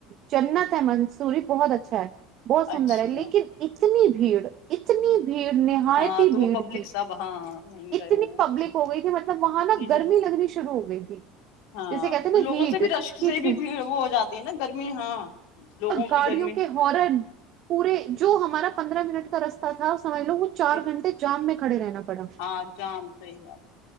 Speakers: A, on the right (about 50°); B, on the left (about 75°).
A: جنت ہے منسوری۔۔ بہت اچھا ہے بہت سندر
B: اچھا
A: ہے لیکن اتنی بھیڑ اتنی۔۔ بھیڑ نہایتی
B: ہاں تو
A: بھیڑ
B: وہ پبلک
A: تھی
B: سب ہاں وہیں
A: اتنی
B: گئے ہوں گے
A: پبلک
B: نہ
A: ہو گئی تھی مطلب وہاں نا
B: جی جی
A: گرمی
B: جی
A: لگنی شروع ہو گئی تھی
B: ہاں
A: جیسے کہتے ہیں نا
B: لوگوں
A: ہیٹ
B: سے بھی رش
A: ہیٹ
B: سے بھی بھیڑ وہ ہو جاتی ہے نا گرمی ہاں لوگوں۔۔
A: گاڑیوں
B: کی گرمی
A: کے ہارن پورے جو ہمارا پندرہ منٹ کا رستہ تھا۔۔ سمجھ لو وہ چار
B: جی
A: گھنٹے جام میں کھڑے رہنا پڑا اس
B: ہاں جام صحیح بات